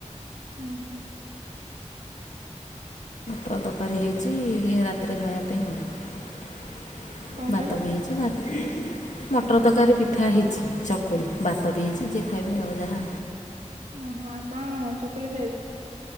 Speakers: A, on the right; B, on the left.
A: ହୁଁ ହୁଁ।
B: ଟଦକାରୀ ହେଇଛି ରାତିରେ ଖାଇବା ପାଇଁ ଆଉ।
A: କଣ କହିଲ?
B: ଭାତ ବି ହେଇଛି ବା। ମଟର ତରକାରୀ ପିଠା ହେଇଛି ଚକୁଳି ଭାତ ବି ହେଇଛି ଯିଏ ଖାଇବେ ଆଉ ଯାହା।
A: ଓହୋ ଆପଣ କଣ ଚକଲି ଖାଇବେ?